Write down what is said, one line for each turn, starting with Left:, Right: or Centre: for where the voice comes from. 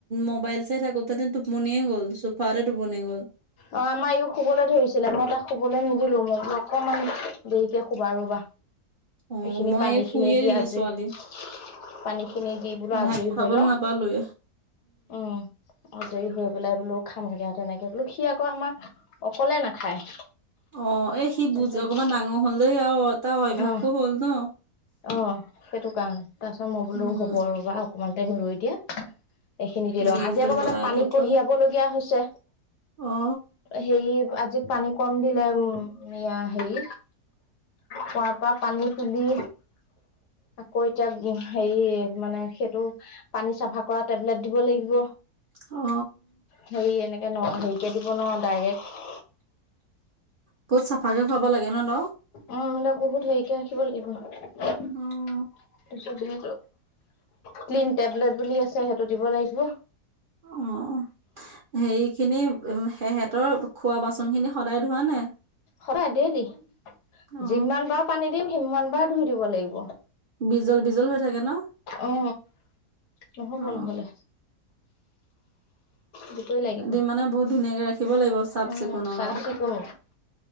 Right: মোবাইল চাই থাকোতে টোপনিয়ে গ'ল চোফাৰতে টোপনি গ'ল।
Left: অ আমাৰ ইয়ো শুবলৈ ধৰিছিলে মই তাক শুবলৈ নিদিলো মই বোলো অকমান দেৰিকে শুবা ৰবা।
Right: অ',
Left: এইখিনি
Right: মই
Left: পানী
Right: এই শুইয়ে
Left: খিনি দি
Right: দিলে
Left: আজৰি।
Right: ছোৱালী
Left: পানী খিনি দি বোলে আজৰি
Right: ভাত খুৱাবলৈ
Left: হৈ লওঁ,
Right: নাপালোয়ে।
Left: উম। আজৰি হৈ পেলাই বোলো খামগে তেনেকে বোলো সি আকৌ আমাৰ অকলে নাখায়।
Right: অ এ সি
Left: তাৰপিছত
Right: বুজ অকমান ডাঙৰ হলেই আৰু এটা অভ্যাসো
Left: অ',
Right: হল ন।
Left: অ সেইটো কাৰণে তাৰপিছত মই বোলোঁ
Right: উম
Left: হ'ব ৰ'বা অকমান টাইম ৰই দিয়া। এইখিনি দি লওঁ,
Right: দিনটো
Left: আজি আকৌ
Right: লৰা
Left: মানে পানী
Right: ধপ
Left: কঢ়িয়াবলগীয়া হৈছে।
Right: অ
Left: সেই আজি পানী কম বিলাইও এইয়া হেৰি। পোৱাপ পা পানী তুলি কৈ এতিয়া হেৰি মানে সেইটো পানী চাফা কৰা টেবলেট দিব লাগিব।
Right: অ
Left: হেৰি এনেকে ন হেৰিকে দিব ন ডাইৰেক্ট।
Right: বহুত চাফাকে খুৱাব লাগে ন দ?
Left: অ মিলাক বহুত হেৰিকে ৰাখিব লাগিব।
Right: অ।
Left: তাপিছত সেইটো, ক্লিন টেবলেট বুলি আছে সেইটো দিব লাগিব।
Right: অ সেইখিনি উ সেহঁতৰ খোৱা বাচন খিনি সদায় ধোৱা নাই?
Left: সদায় ডেইলী,
Right: অ
Left: যিমান বাৰ পানী দিম সিমান বাৰ ধুই দিব লাগিব।
Right: বিজল বিজল হৈ থাকে ন
Left: অ, নহব
Right: অ
Left: নহলে। দুটোৱে লাগিব।
Right: দিম মানে বহুত ধুনীয়াকে ৰাখিব লাগিব চাফ
Left: অ',
Right: চিকুণত
Left: চাফ
Right: আও।
Left: চিকুণ